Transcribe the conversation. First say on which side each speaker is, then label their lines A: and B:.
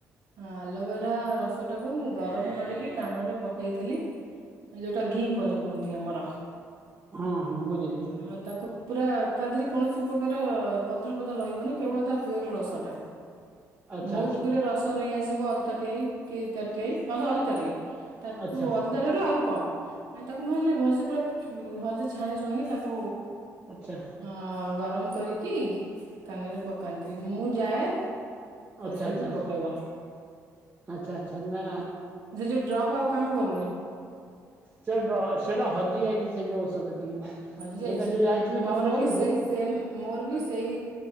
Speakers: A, on the right (about 65°); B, on the right (about 25°).
A: ହଁ ଆଲବରା ରସ ଛଟା କୁ ଗରମ କରିକି କାନ ରେ ପକେଇଥିଲି ଯୋଉଟା ଘି କୁଆରି। କୁହନ୍ତି ଆମର।
B: ହଁ ହଁ ବୁଝିଲି
A: ଆଉ ତାକୁ ପୁରା ତା ଦେହରେ କୌଣସି ପତ୍ର ପତ୍ର ରହିବନି କେବଳ ତା ପିଓର ରସ ଟା।
B: ଆଚ୍ଛା
A: ବହୁତ ଗୁରେ ରସ ନେଇ ଆସିବ ଅଧ ତାଟିଇ କି ତାଟିଇ ଅଧ ତାଟିଇ। ତାକୁ
B: ଆଚ୍ଛା ଆଚ୍ଛା
A: ଅନ୍ଧାର ରୁ ଆଉ କମ ଆ ତାକୁ ଭଲସେ ପୁରା ଭଲ ସେ ଛାଣି ଛୁଣିକି ତାକୁ
B: ଆଚ୍ଛା
A: ହଁ ଗ ରମ୍ କରିକି କାନରେ ପକାନ୍ତି। ମୁଁ ଯାଏ। କରିଦେବି
B: ଆଚ୍ଛା ଆଚ୍ଛା।
A: <unintelligible>
B: ଆଚ୍ଛା ଆଚ୍ଛା ନା
A: ସେ ଯଉ ଡ୍ରପ ଆଉ କାମ କରୁ
B: ସେ ଡ୍ର ସେଟା ହଜି ଯାଇଛି ସେ ଯୋଉ ଔଷଧ ଟି
A: ହଜି
B: ସେଇଟା
A: ଯାଇଛି
B: ଯୋଉ ଯାଇଥିଲେ
A: ମୋର
B: ମାମୁଁ ଘରକୁ।
A: ବି ସେଇ ସେମ୍ ମୋର ବି ସେଇ